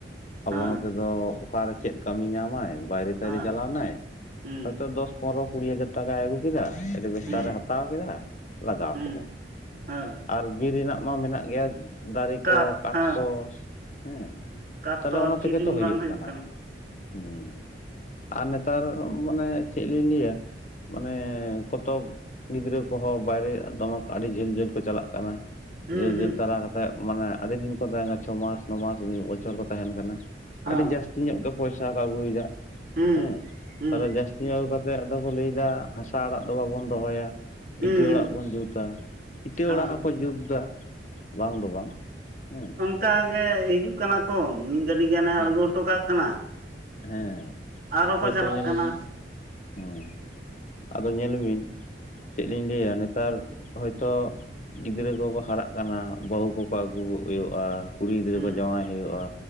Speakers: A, on the left; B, on the right.
A: ᱟᱵᱚ
B: ᱦᱮᱸ
A: ᱱᱚ ᱛᱮ ᱫᱚ ᱚᱠᱟᱨᱮ ᱪᱮᱫ ᱠᱟᱹᱢᱤ ᱧᱟᱢᱟᱭ ᱵᱟᱭ ᱨᱮ ᱛᱟᱭ
B: ᱦᱮᱸ
A: ᱨᱮ ᱪᱟᱞᱟᱣ ᱱᱟᱭ
B: ᱦᱩᱸ
A: ᱦᱚᱭ ᱛᱚ ᱫᱚᱥ ᱯᱚᱱᱨᱚ ᱠᱩᱲᱤ ᱦᱟᱡᱟᱨ ᱴᱟᱠᱟᱭ ᱟᱹᱜᱩ ᱠᱮᱫᱟ ᱮᱹᱰᱵᱮᱥᱴᱟ
B: ᱦᱩᱸ
A: ᱨᱮ ᱦᱟᱛᱟᱣ ᱠᱮᱫᱟ ᱞᱟᱜᱟᱣ
B: ᱦᱩᱸ
A: ᱠᱮᱫᱟᱭ᱾
B: ᱦᱮᱸ
A: ᱟᱨ ᱵᱤᱨ ᱨᱮᱱᱟᱜ ᱢᱟ ᱢᱮᱱᱟᱜ ᱜᱮᱭᱟ ᱫᱟᱨᱮ
B: ᱠᱟᱴ
A: ᱠᱚ ᱠᱟᱴᱷ
B: ᱦᱮᱸ
A: ᱠᱚ ᱦᱮᱸ᱾
B: ᱠᱟᱴ
A: ᱛᱟᱦᱞᱮ
B: ᱛᱚ ᱟᱨ
A: ᱚᱱᱟ
B: ᱠᱤᱨᱤᱧ
A: ᱛᱮ ᱜᱮ ᱛᱚ ᱦᱳᱭᱳᱜ
B: ᱵᱟᱝ ᱦᱩᱭᱩᱜ
A: ᱠᱟᱱᱟ᱾ ᱦᱩᱸ ᱟᱨ ᱱᱮᱛᱟᱨ ᱢᱟᱱᱮ ᱪᱮᱫ ᱞᱤᱧ ᱞᱟᱹᱭᱟ᱾ ᱢᱟᱱᱮ ᱠᱚᱛ ᱜᱤᱫᱽᱨᱟᱹ ᱠᱚ ᱦᱚᱸ ᱵᱟᱭ ᱨᱮ ᱫᱚᱢᱮ ᱟᱹᱰᱤ ᱡᱷᱟᱹᱞ ᱡᱷᱟᱹᱞ ᱠᱚ ᱪᱟᱞᱟᱜ ᱠᱟᱱᱟ᱾
B: ᱦᱩᱸ
A: ᱡᱷᱟᱹᱞ
B: ᱦᱩᱸ
A: ᱡᱷᱟᱹᱞ ᱛᱟᱨᱟ ᱠᱟ ᱠᱟᱛᱮᱫ ᱢᱟᱱᱮ ᱟᱹᱰᱤ ᱫᱤᱱ ᱠᱚ ᱛᱟᱦᱮᱸ ᱠᱟᱱᱟ ᱪᱷᱚ ᱢᱟᱥ ᱱᱚ ᱢᱟᱥ ᱢᱤᱫ ᱵᱚᱪᱷᱚᱨ ᱠᱚ ᱛᱟᱦᱮᱱ ᱠᱟᱱᱟ᱾
B: ᱦᱮᱸ
A: ᱟᱹᱰᱤ ᱡᱟᱹᱥᱛᱤ ᱧᱚᱜ ᱜᱮ ᱯᱚᱭᱥᱟ ᱠᱚ ᱟᱹᱜᱩᱭ ᱮᱫᱟ
B: ᱦᱩᱸ
A: ᱦᱮᱸ
B: ᱦᱩᱸ
A: ᱛᱟᱦᱚᱞᱮ ᱡᱟᱹᱥ ᱪᱟᱹᱣ ᱠᱟᱛᱮ ᱟᱫᱚ ᱠᱚ ᱞᱟᱹᱭ ᱫᱟ ᱦᱟᱥᱟ ᱟᱲᱟᱜ ᱫᱚ ᱵᱟᱵᱚᱱ ᱫᱚᱦᱚᱭᱟ
B: ᱦᱩᱸ
A: ᱤᱴᱟᱹ
B: ᱦᱩᱸ
A: ᱟᱲᱟᱜ ᱵᱚᱱ ᱡᱩᱛᱟ᱾ ᱤᱴᱟᱹ
B: ᱦᱳᱭ
A: ᱚᱲᱟᱜ ᱦᱚᱸᱠᱚ ᱡᱩᱛ ᱫᱟ ᱵᱟᱝ ᱫᱚ ᱵᱟᱝ ᱦᱮᱸ᱾
B: ᱚᱠᱟ ᱜᱮ ᱦᱤᱡᱩᱜ ᱠᱟᱱᱟ ᱠᱚ ᱢᱤᱫ ᱜᱟᱹᱰᱤ ᱜᱟᱱᱮ
A: ᱦᱮᱸ
B: ᱟᱬᱜᱚ ᱦᱚᱴᱚ ᱠᱟᱜ ᱠᱟᱱᱟ᱾
A: ᱦᱮᱸ
B: ᱟᱨᱚ
A: ᱦᱳᱭᱛᱳ
B: ᱠᱚ ᱪᱟᱞᱟᱜ
A: ᱧᱮᱞ
B: ᱠᱟᱱᱟ
A: ᱵᱤᱱ ᱦᱮᱸ᱾ ᱟᱫᱚ ᱧᱮᱞ ᱵᱤᱱ ᱪᱮᱫ ᱞᱤᱧ ᱞᱟᱹᱭᱟ ᱱᱮᱛᱟᱨ ᱦᱚᱭᱛᱚ ᱾ ᱜᱤᱫᱽᱨᱟᱹ ᱠᱚᱠᱚ ᱦᱟᱨᱟᱜ ᱠᱟᱱᱟ ᱵᱟᱹᱦᱩ ᱠᱚᱠᱚ ᱟᱹᱜᱩ ᱦᱳᱭᱳᱜᱼᱟ᱾ ᱠᱩᱲᱤ ᱜᱤᱫᱽᱨᱟᱹ
B: ᱦᱩᱸ
A: ᱠᱚ ᱡᱟᱶᱟᱭ ᱦᱳᱭᱳᱜᱼᱟ᱾